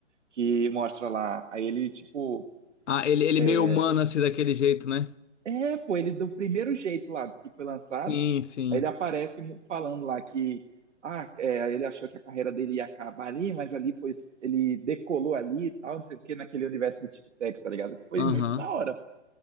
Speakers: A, on the right; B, on the left.
A: que mostra lá. Aí ele, tipo,
B: Ah, ele, ele
A: é,
B: meio humano, assim, daquele jeito, né?
A: é, pô, ele do primeiro jeito lá que foi lançado,
B: Sim, sim.
A: aí ele aparece mo- falando lá que, ah, é, ele achou que a carreira dele ia acabar ali, mas ali foi, ele decolou ali e tal, não sei o que, naquele universo do Tic Tac, tá ligado? Foi
B: Aham.
A: muito da hora.